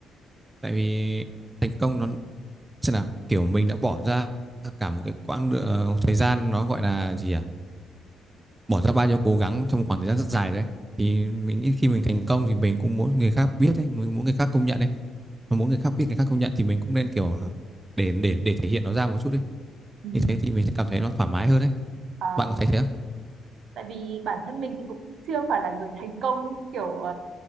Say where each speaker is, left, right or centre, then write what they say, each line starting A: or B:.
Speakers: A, on the right (about 15°); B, on the right (about 70°).
A: tại vì thành công nó xem nào kiểu mình đã bỏ ra cả một cái quãng đựa- thời gian nó gọi là gì à bỏ ra bao nhiêu cố gắng trong một khoảng thời gian rất dài đấy thì mình nghĩ khi mình thành công thì mình cũng muốn người khác biết đấy mình muốn người khác công nhận đấy mà muốn người khác biết người khác công nhận thì mình cũng nên kiểu để để để thể hiện nó ra một chút đi
B: Ừ.
A: như thế thì mình sẽ cảm thấy nó thoải mái hơn đấy
B: À,
A: bạn có thấy thế không
B: tại vì bản thân mình thì cũng chưa phải là người thành công kiểu uh,